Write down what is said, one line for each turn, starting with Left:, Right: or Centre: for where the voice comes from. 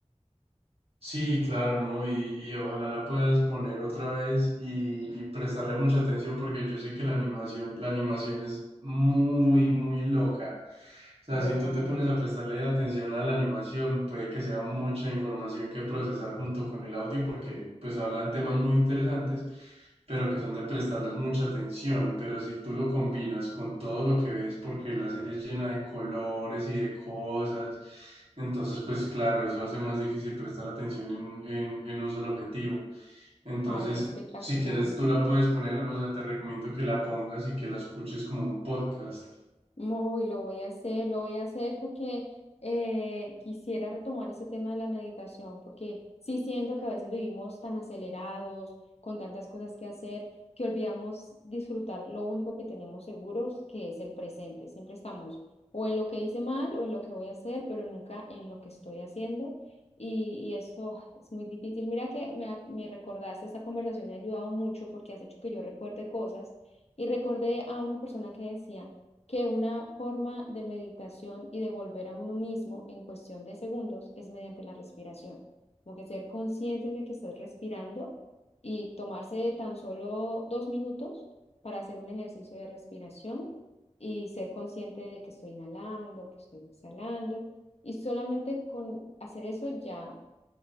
Right: Sí, claro, ¿no? Y, y ojalá la puedas poner otra vez y, y prestarle mucha atención porque yo sé que la animación, la animación es muy, muy loca. O sea,
Left: Voy
Right: si tú
Left: a
Right: te
Left: ver.
Right: pones a prestarle atención a la animación, puede que sea mucha información que procesar junto con el audio, porque pues hablan temas muy interesantes, pero que son de prestarles mucha atención. Pero si tú lo combinas con todo lo que ves, porque la serie es llena de colores y de cosas, entonces pues claro, eso hace más difícil prestar atención en, en, en un solo objetivo. Entonces,
Left: Ay, qué espectacular.
Right: si quieres, tú la puedes poner, o sea, te recomiendo que la pongas y que la escuches como un podcast.
Left: Uy, lo voy a hacer, lo voy a hacer porque eh, quisiera retomar ese tema de la meditación, porque sí siento que a veces vivimos tan acelerados, con tantas cosas que hacer, que olvidamos disfrutar lo único que tenemos seguros, que es el presente. Siempre estamos o en lo que hice mal o en lo que voy a hacer, pero nunca en lo que estoy haciendo. Y, y esto ah, es muy difícil. Mira que me, ha- me recordaste, esta conversación me ha ayudado mucho porque has hecho que yo recuerde cosas y recordé a una persona que decía que una forma de meditación y de volver a uno mismo en cuestión de segundos es mediante la respiración. Como que ser consciente de que estás respirando y tomarse tan solo dos minutos para hacer un ejercicio de respiración y ser consciente de que estoy inhalando, que estoy exhalando. Y solamente con hacer eso ya